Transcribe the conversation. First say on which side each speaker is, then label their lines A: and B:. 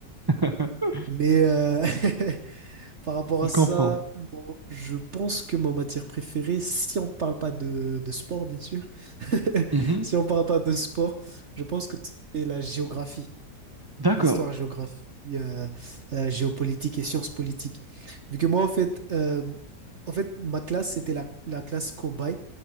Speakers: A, on the right; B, on the right.
A: <laughs>
B: Mais, euh, <laughs> Par rapport
A: Je
B: à ça,
A: comprends.
B: bon, je pense que ma matière préférée, si on parle pas de, de sport, bien sûr, <laughs>
A: Mhm.
B: si on parle pas de sport, je pense que c'est la géographie,
A: D'accord.
B: l'histoire géographie, euh, euh, géopolitique et sciences politiques. Vu que moi, en fait, euh, en fait, ma classe, c'était la, la classe cobaye